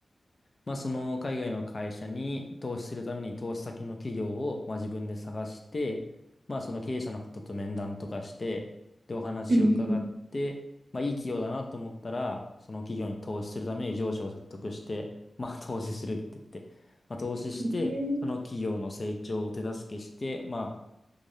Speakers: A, on the left; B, on the right.
A: まあその海外の会社に投資するために投資先の企業をまあ自分で探して、まあその経営者の方と面談とかして、でお話を伺って、
B: うんうん
A: まあいい企業だなと思ったら、その企業に投資するために上司を説得して、まあ投資するって言って、まあ投資して、
B: えー
A: その企業の成長を手助けして、まあ